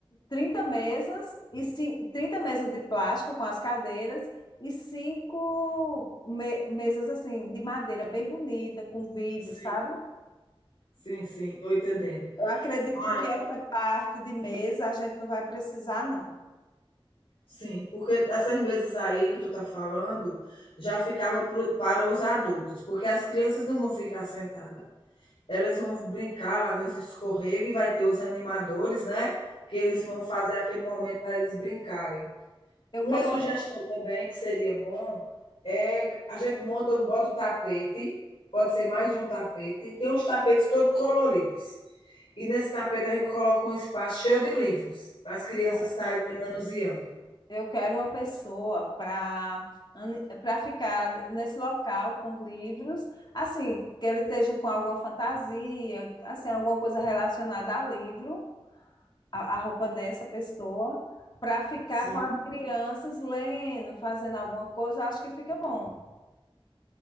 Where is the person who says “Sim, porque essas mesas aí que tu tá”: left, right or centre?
Left